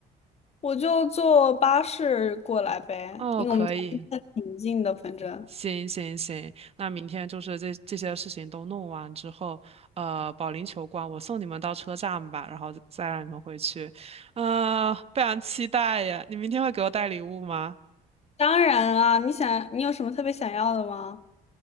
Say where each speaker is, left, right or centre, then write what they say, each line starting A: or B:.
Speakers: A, on the left; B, on the right.
A: 我就坐巴士过来呗，
B: 哦，
A: 因为我们家离得挺近的，
B: 可以，
A: 反正。
B: 行行行，那明天就是这这些事情都弄完之后，呃，保龄球馆我送你们到车站吧，然后再让你们回去。啊、非常期待呀！你明天会给我带礼物吗？
A: 当然啊，你想，你有什么特别想要的吗？